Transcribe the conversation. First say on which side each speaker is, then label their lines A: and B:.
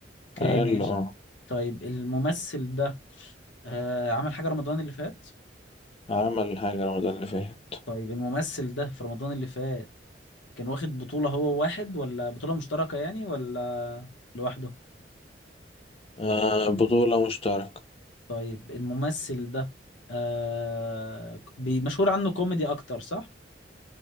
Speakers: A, on the left (about 90°); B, on the left (about 30°).
A: اوكي
B: أقل
A: ماشي
B: آه
A: طيب الممثل ده آه عمل حاجة رمضان اللي فات
B: عمل حاجة رمضان اللي فات
A: طيب الممثل ده في رمضان اللي فات كان واخد بطولة هو واحد ولا بطولة مشتركة يعني ولا لوحده
B: آه بطولة مشتركة
A: طيب الممثل ده آه بي- مشهور عنه كوميدي أكتر صح